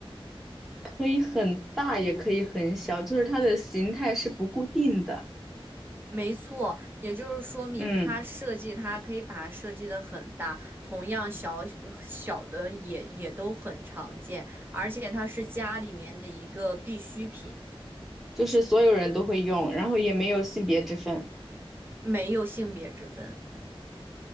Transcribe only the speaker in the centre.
可以很大，也可以很小，就是它的形态是不固定的。
嗯，
就是所有人都会用，然后也没有性别之分。